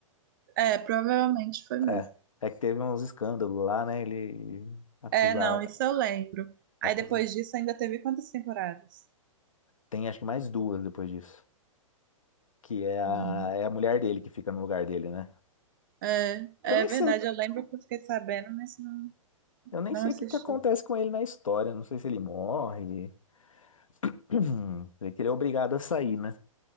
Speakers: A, on the right; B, on the left.
A: É, provavelmente foi mesmo.
B: É, é que teve uns escândalos lá, né? Ele acusar,
A: É, não, isso eu lembro. Aí
B: acus-
A: depois disso ainda teve quantas temporadas?
B: tem acho que mais duas depois disso, que é a,
A: Hum.
B: é a mulher dele que fica no lugar dele, né?
A: É, é
B: Eu nem
A: verdade,
B: sei,
A: eu lembro que eu fiquei sabendo, mas não,
B: eu nem
A: não
B: sei
A: assisti.
B: o que que acontece com ele na história, não sei se ele morre, <clears throat> sei que ele é obrigado a sair, né?